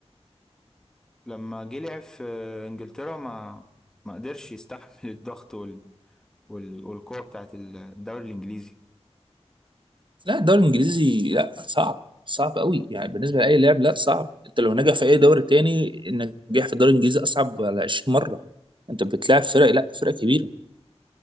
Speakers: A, in the centre; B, on the right (about 45°).
A: لما جه لعب في آه، إنجلترا ما ما قدرش يستحمل الضغط وال... وال... والقوة بتاعت الدوري الإنجليزي
B: لا الدوري الانجليزي لا صعب صعب قوي يعني بالنسبه لاي لاعب لا صعب انت لو نجح في اي دوري تاني النجاح في الدوري الانجليزي اصعب على 20 مره انت بتلاعب فرق لا فرق كبيره